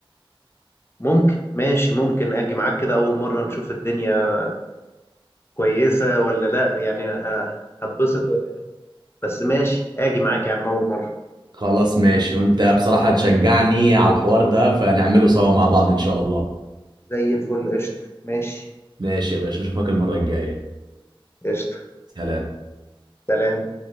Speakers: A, on the left; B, on the right.
A: ممكن ماشي ممكن اجي معاك كده اول مره نشوف الدنيا كويسه ولا لا يعني ه- هتبسط ولا لا بس ماشي اجي معاك يا عم اول مره
B: خلاص ماشي وانت بصراحة تشجعني على الحوار ده فنعمله سوا مع بعض ان شاء الله
A: زي الفل قشطه ماشي
B: ماشي يا باشا اشوفك المرة الجاية
A: قشطه
B: سلام
A: سلام